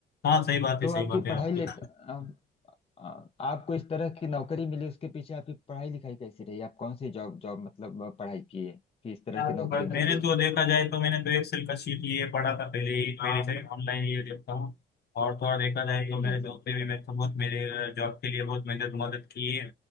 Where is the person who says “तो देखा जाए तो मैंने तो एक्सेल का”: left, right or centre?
Left